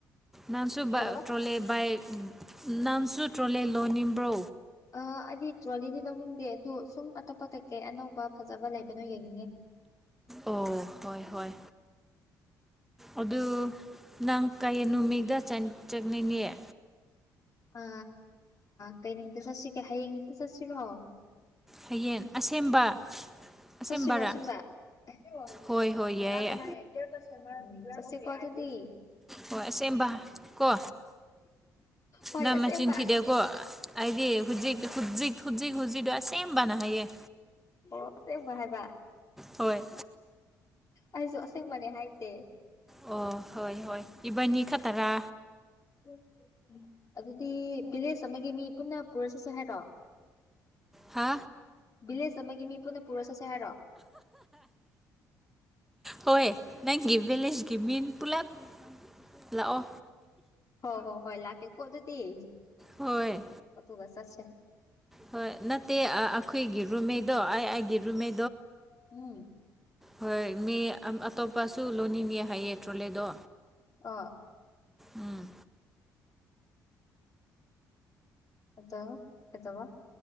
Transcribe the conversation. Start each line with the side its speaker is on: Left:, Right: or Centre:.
Centre: ꯅꯪꯁꯨ
Left: ꯀꯩꯗꯧꯕ
Centre: ꯇ꯭ꯔꯣꯂꯦ ꯕꯥꯏꯛ ꯅꯅꯥꯝꯁꯨ ꯇ꯭ꯔꯣꯂꯦꯟ ꯂꯣꯟꯅꯤꯡꯕ꯭ꯔꯣ
Left: ꯑ ꯑꯩꯗꯤ ꯇ꯭ꯔꯣꯂꯤꯗꯤ ꯂꯧꯅꯤꯡꯗꯦ ꯑꯗꯨ ꯁꯨꯝ ꯑꯇꯣꯞꯄ ꯀꯩꯀꯩ ꯑꯅꯧꯕ ꯐꯖꯕ ꯂꯩꯕꯅꯣ ꯌꯦꯡꯅꯤꯡꯉꯦ
Centre: ꯑꯣ ꯍꯣꯏ ꯍꯣꯏ ꯑꯗꯨ ꯅꯪ ꯀꯥꯏ ꯅꯨ ꯃꯤꯗꯥ ꯆꯪ ꯆꯅꯤꯅꯦꯦ
Left: ꯑ ꯀꯩ ꯅꯨꯇ ꯆꯠꯁꯤꯒꯦ ꯍꯌꯦꯡꯛꯇ ꯆꯠꯁꯤꯔꯣ
Centre: ꯍꯌꯦꯡ ꯑꯁꯦꯡꯕ ꯑꯁꯦꯡꯕꯔꯥ
Left: ꯁ꯭ꯔꯤ ꯀꯣ ꯁꯤ꯭ꯝꯄꯕꯤꯍꯔꯦꯦ
Centre: ꯍꯣꯏ ꯍꯣꯏ ꯌꯥꯏꯌꯦ
Left: ꯎ ꯆ ꯁꯤ ꯀꯗꯤꯗꯤꯤ
Centre: ꯍꯣꯏ ꯑꯁꯦꯡꯕ ꯀꯣ
Left: ꯍꯣꯏ
Centre: ꯅꯪ
Left: ꯑꯁꯦꯡꯕ
Centre: ꯃꯆꯤꯟ ꯊꯤꯗꯦꯀꯣ ꯑꯩꯗꯤ ꯍꯧꯖꯤꯛ ꯍꯧꯖꯤꯛ ꯈꯖꯤ ꯈꯨꯖꯤꯗ ꯁ ꯁꯦꯝꯝꯕꯅ ꯍꯥꯏꯌꯦꯦ
Left: ꯑꯣ ꯇ ꯋꯥꯥꯏꯕ
Centre: ꯍꯣꯏ
Left: ꯑꯩꯁꯨ ꯑꯁꯦꯡꯕꯅꯦ ꯍꯥꯏꯇꯦ
Centre: ꯑꯣ ꯍꯣꯏ ꯍꯣꯏ ꯏꯕꯥꯅꯤ ꯈꯇꯔꯥ
Left: ꯎ ꯑꯗꯨꯗꯤ ꯚꯤꯂꯦꯖ ꯑꯃꯒꯤ ꯃꯤ ꯄꯨꯟꯅ ꯄꯨꯔ ꯆꯠꯁꯦ ꯍꯥꯏꯔꯣ
Centre: ꯍꯥ
Left: ꯚꯤꯂꯦꯖ ꯑꯃꯒꯤ ꯃꯤ ꯄꯨꯟꯅ ꯄꯨꯔ ꯆꯠꯁꯦ ꯍꯥꯏꯔꯣ
Centre: ꯍꯣꯏ ꯅꯪꯒꯤ ꯚꯦꯂꯦꯖꯀꯤ ꯃꯤꯟ ꯄꯨꯂꯞ ꯂꯥꯛꯑꯣ
Left: ꯍꯣ ꯍꯣ ꯍꯣꯏ ꯂꯥꯛꯀꯦ ꯀꯣ ꯑꯗꯨꯗꯤꯤ
Centre: ꯍꯣꯏ
Left: ꯑꯊꯨꯕꯁꯠꯦ
Centre: ꯍꯣꯏ ꯅꯠꯇꯦ ꯑꯩꯈꯣꯏꯒꯤ ꯔꯨꯝꯃꯤꯩꯗꯣ ꯑꯩ ꯑꯩꯒꯤ ꯔꯨꯝꯃꯦ
Left: ꯎꯝ
Centre: ꯍꯣꯏ ꯃꯤ ꯑꯇꯣꯞꯄꯁꯨ ꯂꯣꯟꯅꯤꯡꯉ ꯍꯥꯏꯌꯦ ꯇ꯭ꯔꯣꯂꯦꯗꯣ
Left: ꯑꯥ
Centre: ꯎꯝ
Left: ꯑꯠꯇ ꯀꯗꯕ